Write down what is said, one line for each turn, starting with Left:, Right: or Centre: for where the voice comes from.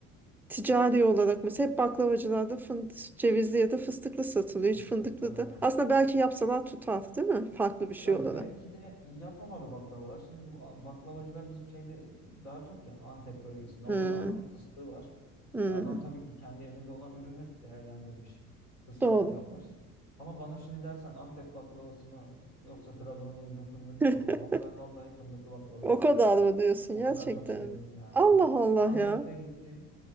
Centre: Ticari olarak mesela hep baklavacılarda fındık, cevizli ya da fıstıklı satılıyor.
Left: Fıstık
Centre: Hiç fındıklı
Left: evet.
Centre: da. Aslında belki yapsalar tutar, değil mi? Farklı bir şey
Left: Ya
Centre: olarak.
Left: belki de yapamadı baklavalar. Şimdi bu a- baklavacılar bizim şeyde daha çok ya Antep bölgesinde.
Centre: Hmm,
Left: Orada da Antep fıstığı var.
Centre: hmm.
Left: Ya adam tabii ki kendi elinde olan ürünü değerlendirmiş. Fıstıklı
Centre: Doğru.
Left: yapmış. Ama bana şimdi dersen Antep baklavası mı yoksa Trabzon'da yediğim fındıklı
Centre: <laughs>
Left: baklava mı? Ben vallahi fındıklı baklava
Centre: O
Left: derim
Centre: kadar
Left: yani.
Centre: mı diyorsun
Left: O
Centre: gerçekten?
Left: kadar çok sevdim
Centre: mi?
Left: yani.
Centre: Allah
Left: Evet.
Centre: Allah
Left: Antep'te
Centre: ya.
Left: gittim.